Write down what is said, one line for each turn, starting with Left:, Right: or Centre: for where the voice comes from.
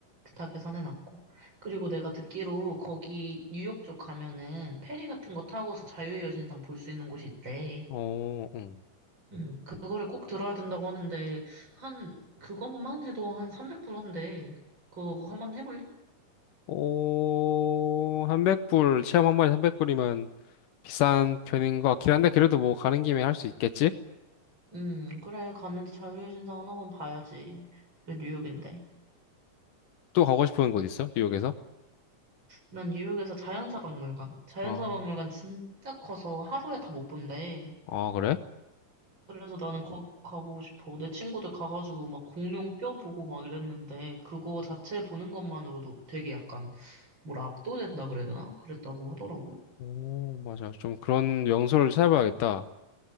Right: 다 계산해 놨고. 그리고 내가 듣기로 거기 뉴욕 쪽 가면은 페리 같은 거 타고서 자유의 여신상 볼 수 있는 곳이 있대.
Left: 어, 응.
Right: 음. 그거를 꼭 들어야 된다고 하는데, 한, 그것만 해도 한 300불 한대. 그거 한번 해볼래?
Left: 오, 300불, 체험 한 번에 300불이면 비싼 편인 것 같긴 한데, 그래도 뭐 가는 김에 할 수 있겠지?
Right: 음, 그래. 갔는데 자유의 신상 하나만 봐야지. 그래, 뉴욕인데.
Left: 또 가고 싶은 곳 있어? 뉴욕에서?
Right: 난 뉴욕에서 자연사 박물관. 자연사
Left: 아,
Right: 박물관 진짜 커서 하루에 다 못 본대.
Left: 아, 그래?
Right: 그래서 나는 거기 꼭 가보고 싶어. 내 친구들 가가지고 막 공룡 뼈 보고 막 이랬는데, 그거 자체 보는 것만으로도 되게 약간, 뭐라 압도된다 그래야 되나? 그랬다고 하더라고.
Left: 오, 맞아. 좀 그런 명소를 찾아봐야겠다.